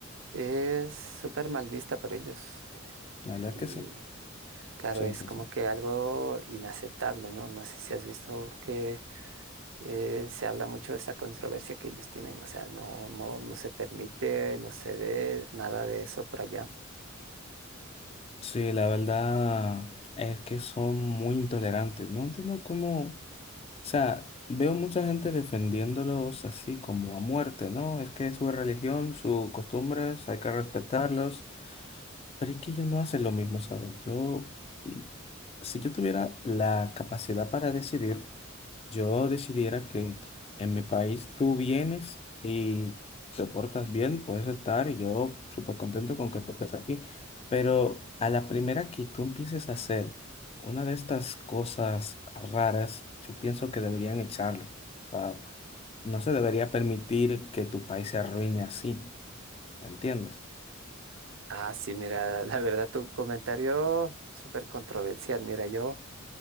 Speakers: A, on the right; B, on the left.
A: es súper mal vista para ellos.
B: La verdad
A: Y
B: que sí.
A: claro,
B: Sí,
A: es
B: sí,
A: como
B: sí.
A: que algo inaceptable, ¿no? No sé si has visto que eh, se habla mucho de esa controversia que ellos tienen, o sea, no, no, no se permite, no se ve nada de eso por allá.
B: Sí, la verdad es que son muy intolerantes. No entiendo cómo. O sea, veo mucha gente defendiéndolos así como a muerte, ¿no? Es que su religión, sus costumbres, hay que respetarlos. Pero es que ellos no hacen lo mismo, ¿saben? Yo, mm, si yo tuviera la capacidad para decidir, yo decidiera que en mi país tú vienes y te portas bien, puedes estar y yo súper contento con que tú estés aquí, pero a la primera que tú empieces a hacer una de estas cosas raras, yo pienso que deberían echarlo. O sea, no se debería permitir que tu país se arruine así, ¿me entiendes?
A: Ah, sí, mira, <laughs> la verdad tu comentario súper controversial. Mira, yo,